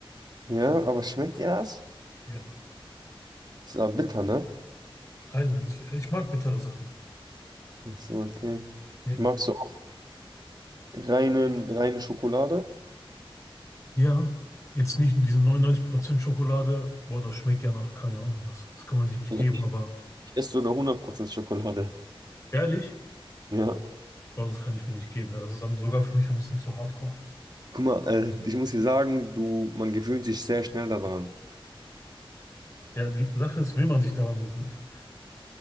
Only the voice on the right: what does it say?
Ja, aber schmeckt dir
das?
Ist aber bitter, ne?
Ach so, okay.
Magst du auch reine, reine Schokolade?
Also
ich
esse sogar 100% Schokolade.
Ja.
Guck mal, äh, ich muss dir sagen, du, man gewöhnt sich sehr schnell daran.